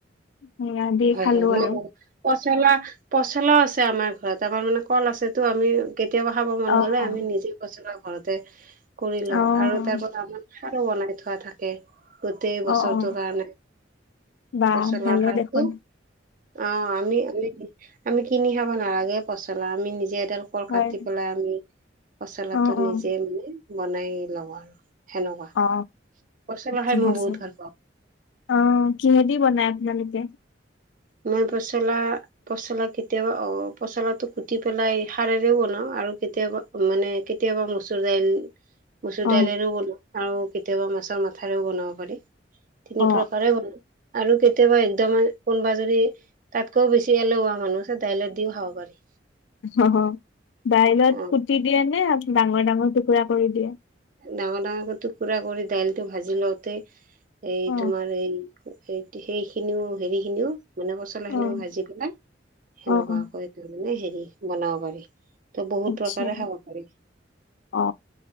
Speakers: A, on the left; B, on the right.
A: স দিিয়
B: হয়
A: খালো
B: হয় মই
A: আৰু
B: পচলা পচলাও আছে আমাৰ ঘৰত আমাৰ মানে কল আছে তো আমি কেতিয়াবা খাব মন
A: অ',
B: গ'লে আমি নিজে পচলা ঘৰতে কৰিলো
A: অ',
B: আৰু তাৰপ আমাৰাৰো বনাই থোৱা থাকে গোটেই বছৰটো
A: অ', অ',
B: কাৰণে
A: বা
B: পচলাৰ
A: ভালে
B: সাৰটো
A: দেখোন
B: অ আমি আ আমি কিনি খাব নালাগে পচলা আমি নিজে তেল ক
A: হয়।
B: কাটি পেলাই আমি পচলাটো
A: অ', অ',
B: নিজে মানে বনাই লওঁ আৰু সেনেকুৱা
A: অ
B: পচলা খাই
A: কি
B: মই
A: আছে
B: বহুত ভাল পাওঁ
A: অ কিহেদি বনাই আপোনালোকে এ
B: মই পচলা পচলা কেতিয়াবা অ পচলা টো কুটি পেলাই সাৰেৰে বনাও আৰু কেতিয়াবা মানে কেতিয়াবা মচুৰ দাইল মচুৰ
A: অ',
B: দাইলেৰও বনাওঁ আৰু কেতিয়াবা মাছৰ মাথাৰেও বনাব পাৰি তিনি
A: অ',
B: প্ৰকাৰে বন আৰু কেতিয়াবা একদম কোনোবা যদি তাতকৈও বেছি এলোৱা মানুহ দাইলত দিও খাব পাৰি
A: অ বাইলত
B: অ
A: কুতি দিয়ে নে ডাঙৰ ডাঙৰ টুকুৰা কৰি দিয়ে
B: ডাঙৰ ডাঙৰ কৰিো কুৰা কৰি দাইলটো ভাজি লওঁতে এই
A: অ',
B: তোমাৰ এই সেই খিনিও হেৰি খিনিও মানে পচলা
A: অ',
B: খিনিও ভাজি পেলাই সেনেকুৱা
A: অ', অ',
B: কৰি তাৰ মানে হেৰি বনাব পাৰি তো বহুত
A: আচ্ছা
B: প্ৰকাৰে খাব পাৰি
A: অ